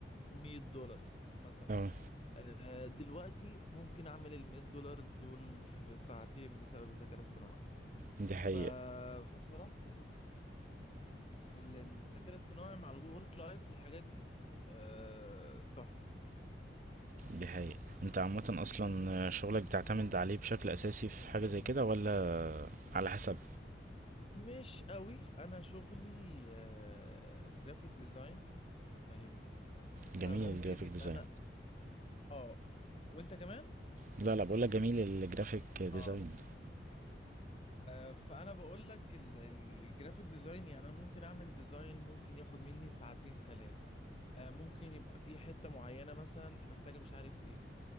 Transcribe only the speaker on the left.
100 دولار مثلا
آه، دلوقتي ممكن اعمل ال 100 دولار دول في ساعتين بسبب الذكاء الاصطناعي
ف... فبصراحه ال- ال- الذكاء الاصطناعي مع الورك لايف والحاجات دي آه، تحفه
مش قوي انا شغلي جرافيك ديزاين فاهمني فممكن
ان
انا اه وانت كمان
اه آه، فانا بقول لك ال- ال- الجرافيك ديزاين يعني انا ممكن اعمل ديزاين ممكن ياخد مني ساعتين ثلاثه ممكن يبقى في حته معينه مثلا محتاجه مش عارف ايه